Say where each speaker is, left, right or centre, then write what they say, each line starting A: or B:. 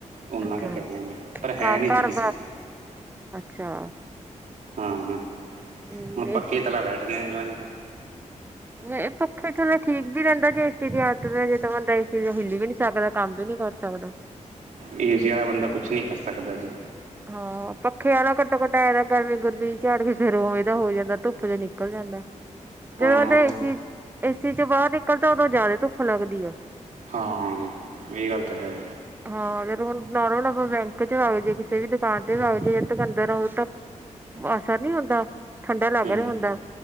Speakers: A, on the right (about 80°); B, on the right (about 15°).
A: ਉਹਨਾਂ
B: ਅੱਛਾ
A: ਦਾ ਕਹਿ ਰਿ ਮੈਂ ਪਰ ਹੈ
B: ਘਰ
A: ਨਹੀਂ ਜੀ
B: ਘਰ
A: ਕਿਸੇ ਦਾ
B: ਅੱਛਾ
A: ਹਾਂ ਹਾਂ
B: ਹਮ
A: ਹੁਣ ਪੱਖੇ
B: ਇਸ
A: ਤਲਾ ਬੈਠਦੇ ਆ ਏਵਾਨੇ ਤਾਂ
B: ਇਹ ਪੱਖੇ ਥੱਲਲਾ ਠੀਕ ਵੀ ਰਹਿੰਦਾੇ ਏੇ ਦੀ ਹੱਤ ਪ ਜੇ ਤਾਂ ਬੰਦਾ ਏ ਦੀ ਹਲੀ ਵੀ ਨ ਬੰਦਾ ਕੰਮ ਵੀ ਨੀ ਕਰ ਸਕਦਾ।
A: ਏ ਸੀ ਵਾਲਾ ਬੰਦਾ ਕੁਛ ਨੀ ਕਰ ਸਕਦਾ ਜੀ
B: ਹਾਂ ਪੱਖੇ ਵਾਲਾ ਕੱਟੋ ਕੱਟ ਆਏਦਾ ਗਰਮੀ ਗੁਰਮੀ ਝਾੜ ਕੇ ਫੇਿਰ ਉਵੇਦਾ ਹੋ ਜਾਂਦਾ ਧੁੱਪ ਚ ਨਿਕਲ ਜਾਂਦਾ।
A: ਹਾਂ
B: ਜਦੋਂ ਬੰਦਾ ਏਸੀ ਏਸੀ ਚ ਬਾਹਰ ਨਿਕਲਦਾ ਉਦੋਂ ਜ਼ਿਆਦਾ ਧੁੱਪ ਲੱਗਦੀ ਆ।
A: ਹਾਂ ਇਹ ਗੱਲ ਤਾਂ ਹੈ
B: ਹਾਂ ਜਦ ਹੁਣ ਨਰ ਹੁਣ ਆਪਾਂ ਬੈਂਕ ਚ ਵਗ ਜਏ ਕਿਸੇ ਵੀ ਦੁਕਾਨ ਤੇ ਜਾਵੇ ਤੇ ਬੰਦੇ ਨੂੰ ਅਸਰ ਨਹੀਂ ਹੁੰਦਾ। ਠੰਡਾ ਲੱਗ
A: ਹਮ
B: ਰਿਹਾ ਹੁੰਦਾ